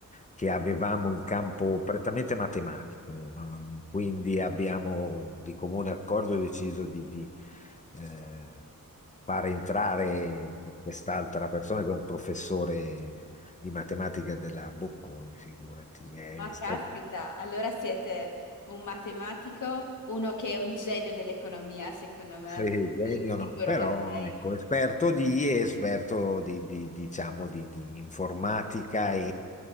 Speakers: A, on the left; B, on the left.
A: che avevamo in campo prettamente matematico. Mm, Quindi abbiamo di comune accordo deciso di, di, eh, far entrare quest'altra persona che è un professore di matematica della Bocconi, figurati, è
B: Ma
A: estremamente
B: caspita, allora siete un matematico, uno che è un genio dell'economia, secondo me,
A: Sì,
B: perché
A: genio
B: tu di sicuro
A: no, però
B: lo sei.
A: ecco, esperto di, esperto di, di- diciamo, di, di informatica e